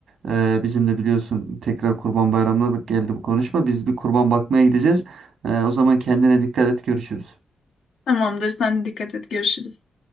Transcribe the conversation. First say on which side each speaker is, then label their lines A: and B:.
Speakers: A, on the right; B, on the left.
A: e, bizim de biliyorsun tekrar Kurban Bayramı'na da geldi bu konuşma. Biz bir kurban bakmaya gideceğiz. Ee, o zaman kendine dikkat et görüşürüz.
B: Tamamdır sen de dikkat et görüşürüz.